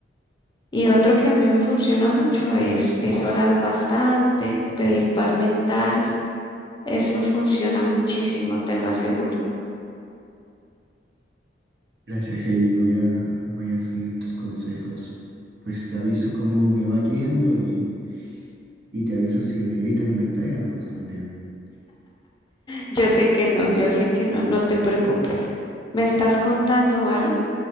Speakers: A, on the left (about 25°); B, on the right (about 70°).
A: Y otro que a mí me funciona mucho es, es orar bastante, pedir paz mental. Eso funciona muchísimo, te lo aseguro.
B: Gracias, Heidi. Voy a, voy a seguir tus consejos. Pues te aviso cómo me va yendo y, y te aviso si me gritan y me pegan, pues también.
A: Yo sé que no, yo sé que no, no te preocupes. Me estás contando, ¿vale?